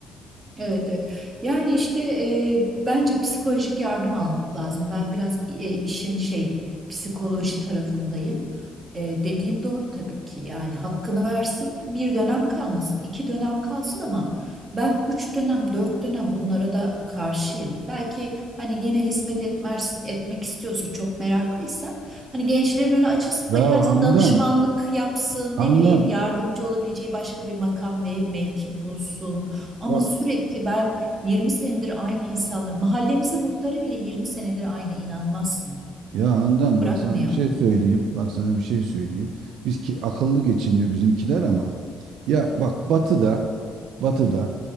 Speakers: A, on the right; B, on the right.
A: Evet, evet. Yani işte e, bence psikolojik yardım almak lazım. Ben biraz e, işin şey psikoloji tarafındayım. E, dediğin doğru tabii ki. Yani hakkını versin. Bir dönem kalmasın, iki dönem kalsın ama ben üç dönem, dört dönem bunlara da karşıyım. Belki hani yine hizmet etmez, etmek istiyorsa çok meraklıysa hani gençlerin önü açılsın
B: Ya
A: ama kendisi
B: Handan,
A: danışmanlık yapsın,
B: Handan
A: ne bileyim yardımcı olabileceği başka bir makam ve mevki bulsun. Ama
B: bak
A: sürekli ben 20 senedir aynı insanlar, mahallemizin muhtarı bile 20 senedir aynı inanmazsın.
B: Ya Handan
A: Bırakmıyor.
B: bak sana bir şey söyleyeyim. Bak sana bir şey söyleyeyim. Biz ki akıllı geçiniyor bizimkiler ama. Ya bak Batı'da Batı'da